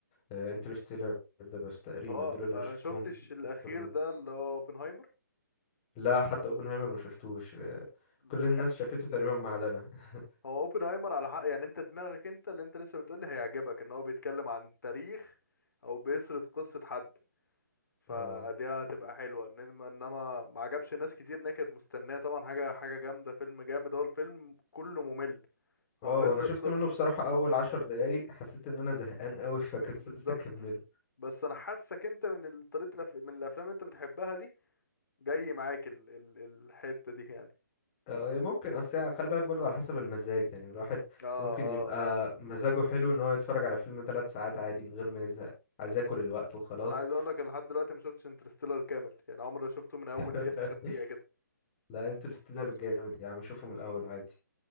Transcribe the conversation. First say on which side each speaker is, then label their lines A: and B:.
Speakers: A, on the left; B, on the left.
A: انترستيلر ده بس تقريبا
B: اه
A: دول اللي
B: ما
A: انا شفتهم
B: شفتش الاخير
A: بيقارنوا.
B: ده اللي هو اوبنهايمر
A: لا حتى اوبنهايمر ما شفتوش آه،
B: لا
A: كل الناس
B: ح-
A: شافته تقريبا ما عدا انا <laughs>
B: هو اوبنهايمر على حق يعني انت دماغك انت اللي انت لسه بتقولي هيعجبك ان هو بيتكلم عن تاريخ او بيسرد قصة حد فدي
A: اه
B: هتبقى حلوة انما انما ما عجبش ناس كتير ان هي كانت مستنية طبعا حاجة حاجة جامدة فيلم جامد هو الفيلم كله ممل
A: اه
B: هو بيسرد
A: وانا شفت
B: قصة
A: منه بصراحة اول عشر دقايق حسيت ان انا زهقان قوي <laughs> فكسلت
B: بالظبط
A: اكمله
B: بس انا حاسك انت من ال- طريقه الأف... من الافلام اللي انت بتحبها دي جاي معاك ال... ال... الحته دي يعني
A: اه هي ممكن اصل خلي بالك برضو على حسب المزاج يعني الواحد
B: اه
A: ممكن
B: اه
A: يبقى
B: فعلا
A: مزاجه حلو ان هو يتفرج على فيلم ثلاث ساعات عادي من غير ما يزهق عايز اكل الوقت وخلاص
B: انا عايز اقول لك أنا لحد دلوقتي ما شفتش انترستيلر كامل يعني عمري ما شفته من اول
A: <laughs>
B: دقيقه لاخر دقيقه كده
A: لا انترستيلر
B: ما اقدرش
A: جامد يا عم اشوفه من
B: مم.
A: الاول عادي